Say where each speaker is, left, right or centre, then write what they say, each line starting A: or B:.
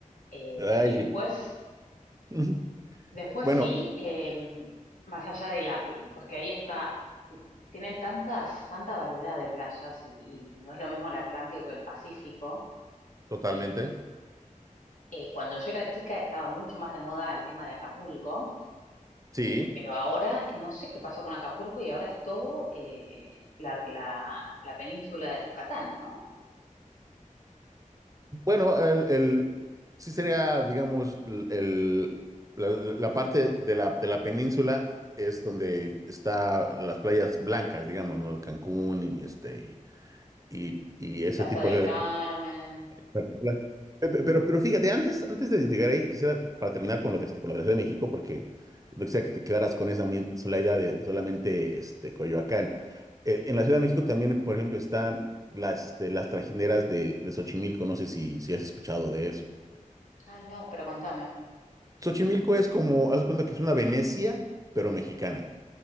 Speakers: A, on the left; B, on the right.
A: Eh,
B: Ay,
A: y
B: sí.
A: después,
B: <laughs>
A: después
B: Bueno,
A: sí, eh, más allá de la, porque ahí está, tienen tantas, tanta variedad de playas y, y no es lo mismo el Atlántico que el Pacífico.
B: totalmente.
A: Em, Eh, cuando yo era chica estaba mucho más de moda el tema de Acapulco,
B: Sí.
A: eh, pero ahora no sé qué pasó con Acapulco y ahora es todo eh, la, la, la península de Yucatán, ¿no?
B: Bueno, el, el- sí sería, digamos, el, el- la, la parte de la, de la península es donde está las playas blancas, digamos, ¿no? Cancún y este y, y- y ese
A: Plaza
B: tipo
A: del
B: de
A: Carmen.
B: Claro, la- pe- pe- Pero, pero fíjate, antes, antes de llegar ahí, quisiera, para terminar con lo de, este, con lo de la Ciudad de México, porque no quisiera que te quedaras con esa muy sola idea de, de solamente este, Coyoacán. Eh, en la Ciudad de México también, por ejemplo, están las, este, las trajineras de, de Xochimilco, no sé si, si has escuchado de eso.
A: Ay, no, pero contame.
B: Xochimilco es como, haz de cuenta que es una Venecia, pero mexicana.